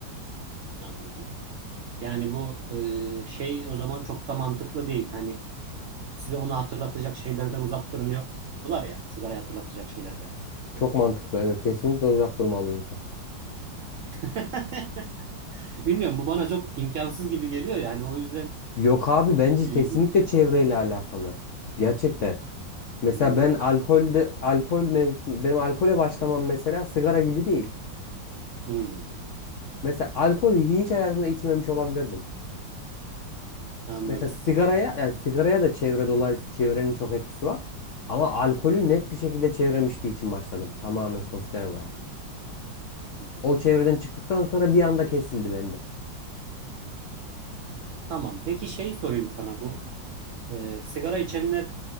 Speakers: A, on the right (about 75°); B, on the left (about 65°).
A: anladım. Yani bu e, şey o zaman çok da mantıklı değil. Hani size onu hatırlatacak şeylerden uzak durun diyorlar ya. Sigarayı hatırlatacak şeylerden.
B: Çok mantıklı evet. Kesinlikle uzak durmalı insan.
A: <laughs> Bilmiyorum bu bana çok imkansız gibi geliyor yani o yüzden
B: Yok abi
A: komik
B: bence
A: geliyor
B: kesinlikle
A: bir yerden.
B: çevreyle alakalı. Gerçekten. Mesela
A: Hmm,
B: ben alkolde alkol mevzusu benim alkole başlamam mesela sigara gibi değil.
A: hmm.
B: Mesela alkolü hiç hayatımda içmemiş olabilirdim.
A: Anladım.
B: Mesela sigaraya yani sigaraya da çevre dolayısıyla çevrenin çok etkisi var. Ama alkolü net bir şekilde çevremiştiği için başladım tamamen sosyal olarak.
A: Hmm.
B: O çevreden çıktıktan sonra bir anda kesildi bende.
A: Tamam. Peki şey sorayım sana bu e, sigara içenler